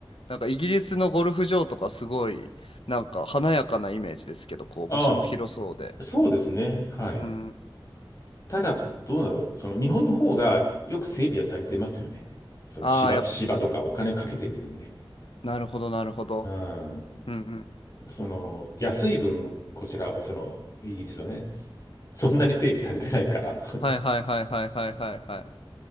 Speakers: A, on the left; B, on the left.
A: なんかイギリスのゴルフ場とかすごい、なんか華やかなイメージですけど、こう場所も広そうで。
B: ああ、そうですね。はい。
A: うん。
B: ただ、どうだろう。その日本の方がよく整備はされてますよね。その芝、
A: ああ、やっ
B: 芝とかお金かけてる分ね。
A: なるほど、なるほど。
B: うん。
A: うんうん。
B: その安い分、こちらはそのイギリスはね、そそんなに整備されてないから。
A: はいはいはいはいはいはいはい。